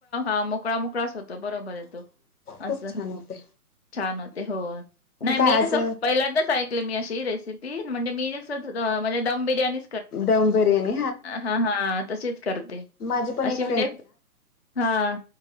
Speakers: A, on the left (about 45°); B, on the left (about 80°).
A: ह मोकळा मोकळाच होतो बरोबर आहे तो अस.
B: खूप छान होते
A: छान होते हो नाही
B: काय
A: मी कस
B: आज
A: पहिल्यांदच ऐकले मी अशी रेसिपी म्हणजे मी म्हणजे दम बिर्याणी
B: दम बिर्याणी
A: हा हा तशीच करते
B: माझी पण
A: अ
B: एक
A: म्हणजे हा.